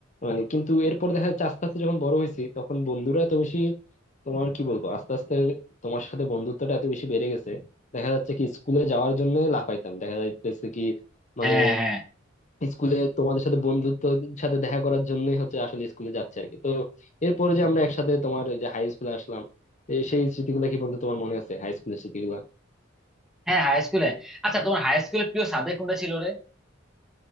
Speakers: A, on the left; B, in the centre.
A: মানে কিন্তু এরপর দেখা যাচ্ছে আস্তে আস্তে যখন বড় হয়েছি তখন বন্ধুরা এত বেশি তোমার কি বলবো আস্তে আস্তে তোমার সাথে বন্ধুত্বটা এত বেশি বেড়ে গেছে দেখা যাচ্ছে কি স্কুলে যাওয়ার জন্য লাফাইতাম দেখা যাইতেছে কি মানে
B: হ্যাঁ হ্যাঁ
A: স্কুলে তোমাদের সাথে বন্ধুত্বের সাথে দেখা করার জন্যই হচ্ছে আসলে স্কুলে যাচ্ছে আর কি তো এরপরে যে আমরা একসাথে তোমার এই যে হাই স্কুলে আসলাম এ সেই স্মৃতিগুলো কি বন্ধু তোমার মনে আছে হাই স্কুলের স্মৃতিগুলো
B: হ্যাঁ হাই স্কুলে আচ্ছা তোমার হাই স্কুলের প্রিয় সাবজেক্ট কোনটা ছিল রে